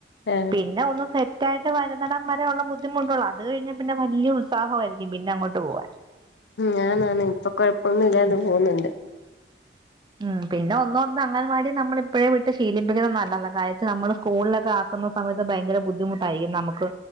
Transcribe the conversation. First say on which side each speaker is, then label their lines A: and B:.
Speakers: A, on the left (about 75°); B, on the right (about 25°).
A: ആഹ്
B: പിന്നെ ഒന്ന് സെ ത്തായ്ട്ട് വര്ന്നടമ്മെരെ ഉള്ള ബുദ്ധിമുട്ടൊള്ളൂ അത് കഴിഞ്ഞ പിന്നെ വല്ല്യ ഉത്സാഹൊവായിരിക്കും പിന്ന അങ്ങോട്ട് പോവാൻ
A: ഞാനാണ് ഇപ്പൊ കൊഴപ്പൊന്നു ഇല്ലാണ്ട്
B: ഉം
A: പോന്ന്ണ്ട്
B: ഉം പിന്നെ ഒന്നൊർ അങ്ങനവാടി നമ്മള് ഇപ്പോഴേ വിട്ട് ശീലിപ്പിക്കുന്ന നല്ലതാ കഴിച്ച് നമ്മള് സ്കൂൾലൊക്ക ആക്ക്ന്ന സമയത്ത് ഭയങ്കര ബുദ്ധിമു ട്ടായിക്കും നമുക്ക്